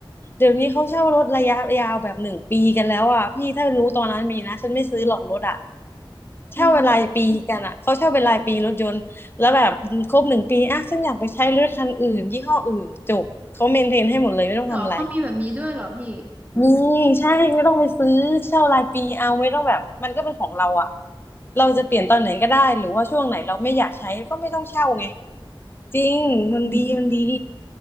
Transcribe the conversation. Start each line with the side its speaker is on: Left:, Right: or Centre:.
Left: เดี๋ยวนี้เขาเช่ารถระยะยาวแบบหนึ่งปีกันแล้วอ่ะพี่ถ้ารู้ตอนนั้นมีนะฉันไม่ซื้อหรอกรถอ่ะ
Right: ๆจริง
Left: เช่าเป็นรายปีกันอ่ะเขาเช่าเป็นรายปีรถยนต์แล้วแบบครบหนึ่งปีอ่ะฉันอยากไปใช้รถคันอื่นยี่ห้ออื่นจบเขาเมนเทนให้หมดเลยไม่ต้องทำอะไร
Right: เหรอเขามีแบบนี้ด้วยเหรอพี่
Left: มีใช่ไม่ต้องไปซื้อเช่ารายปีเอาไม่ต้องแบบมันก็เป็นของเราอ่ะเราจะเปลี่ยนตอนไหนก็ได้หรือว่าช่วงไหนเราไม่อยากใช้ก็ไม่ต้องเช่าไงจริงมันดีมันดี
Right: อืม